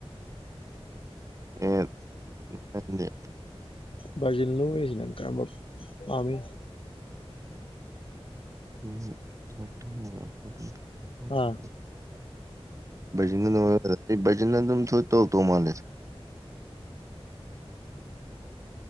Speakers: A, on the right; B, on the left.
A: ꯑꯦꯠ ꯑꯦꯠꯅꯦ
B: ꯕꯔꯖꯤꯜꯂꯣ ꯑꯣꯢꯔꯤꯖꯦ ꯀꯝꯕ ꯄꯥꯝꯃꯤ
A: <unintelligible>
B: ꯑꯥ
A: ꯕꯔꯖꯤꯟꯅ ꯅꯪꯉꯣꯟꯗ ꯀꯩꯗꯧ ꯕꯖꯤꯟꯅ ꯑꯗꯨꯝ ꯁꯣꯏ ꯇꯧ ꯇꯧ ꯃꯥꯜꯂꯦ